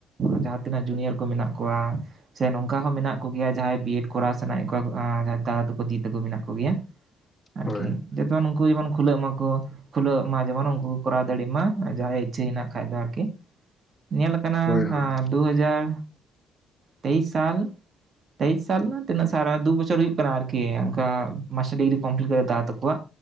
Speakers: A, on the right; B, on the left.
A: ᱡᱟᱦᱟᱸ ᱛᱤᱱᱟᱹᱜ ᱡᱩᱱᱤᱭᱟᱨ ᱠᱚ ᱢᱮᱱᱟᱜ ᱠᱚᱣᱟ- ᱥᱮ ᱱᱚᱝᱠᱟ ᱦᱚᱸ ᱢᱮᱱᱟᱜ ᱠᱚᱜᱮᱭᱟ ᱡᱟᱦᱟᱸᱭ ᱵᱤᱭᱮᱰ ᱠᱚᱨᱟᱣ ᱥᱟᱱᱟᱭᱮᱫ ᱠᱚᱣᱟ ᱫᱟᱫᱟ ᱛᱟᱠᱚ ᱫᱤ ᱛᱟᱠᱚ ᱢᱮᱱᱟᱜ ᱠᱚᱜᱮᱭᱟ ᱟᱨᱠᱤ
B: ᱦᱳᱭ
A: ᱡᱚᱛᱚ ᱩᱱᱠᱩ ᱡᱮᱢᱚᱱ ᱠᱷᱩᱞᱟᱹᱜ ᱢᱟᱠᱚ ᱠᱷᱩᱞᱟᱹᱜ ᱢᱟ ᱡᱮᱢᱚᱱ ᱩᱱᱠᱩ ᱠᱚ ᱠᱚᱨᱟᱣ ᱫᱟᱲᱮᱭᱟᱜ ᱢᱟ ᱡᱟᱦᱟᱸᱭᱟᱜ ᱤᱪᱷᱟᱹ ᱦᱮᱱᱟᱜ ᱠᱷᱟ ᱫᱚ ᱟᱨᱠᱤ ᱧᱮᱞ ᱠᱟᱱᱟ
B: ᱦᱳᱭ
A: ᱦᱮᱸ
B: ᱦᱳᱭ
A: ᱫᱩ ᱦᱟᱡᱟᱨ ᱛᱮᱭᱤᱥ ᱥᱟᱞ ᱛᱮᱭᱤᱥ ᱥᱟᱞ ᱨᱮᱱᱟᱜ ᱛᱤᱱᱟᱹᱜ ᱥᱟᱨᱟ ᱫᱩ ᱵᱚᱪᱷᱚᱨ ᱦᱩᱭᱩᱜ ᱠᱟᱱᱟ ᱟᱨᱠᱤ ᱚᱱᱠᱟ ᱢᱟᱥᱴᱟᱨ ᱰᱤᱜᱽᱨᱤ ᱠᱚᱢᱯᱞᱤᱴ ᱠᱟᱛᱮ ᱫᱟᱫᱟ ᱛᱟᱠᱚᱣᱟ᱾